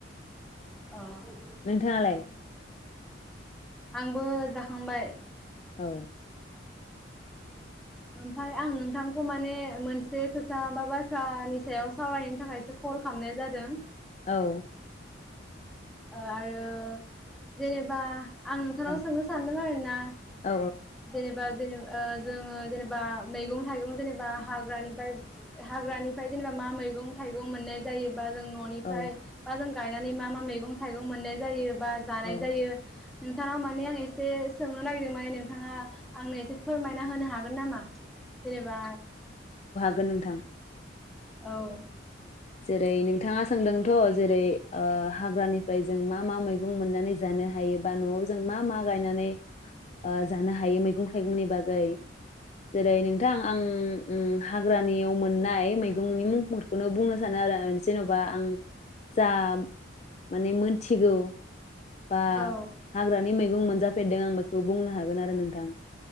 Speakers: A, in the centre; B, on the left.
A: अ'
B: नोंथाङालाय
A: आंबो जाखांबाय
B: औ
A: ओमफाय आं नोंथांखौ माने मोनसे खोथा बा बाथ्रानि सायाव सावरायनायनि थाखायसो कल खालामनाय जादों
B: औ
A: ओ आरो जेनेबा आं नोंथांनाव
B: औ
A: सोंनो सानदों आरोना
B: औ
A: जेनेबा जेनेबा जोङो जेनेबा मैगं थाइगं जेनेबा हाग्रानिफ्राय हाग्रानिफ्राय जेनेबा मा मैगं थाइगं मोननाय जायो बा जों न'निफ्राय
B: औ
A: बा जों गायनानै मा मा मैगं थाइगं मोननाय जायो बा जानाय
B: औ
A: जायो नोंथांनाव माने आं एसे सोंनो नागिरदों माने नोंथाङा आंनो एसे फोरमायना होनो हा हागोन नामा जेनेबा
B: गोन नोंथां
A: औ
B: जेरै नोंथाङा सोंदोंथ' जेरै ओ हाग्रानिफ्राय जों मा मा मैगं मोननानै जानो हायोबा न'आव जों मा मा गायनानै ओ जानो हायो मैं थाइगंनि बागै जेरै नोंथां आं ओम हाग्रानियाव मोननाय मैगंनि मुंफोरखौनो बुंनो सानो आरो आं जेन'बा आं जा माने मोनथिगौ बा
A: औ
B: हाग्रानि मैगं मोनजाफेरदों आं बेखौ बुंनो हागोन आरो नोंथां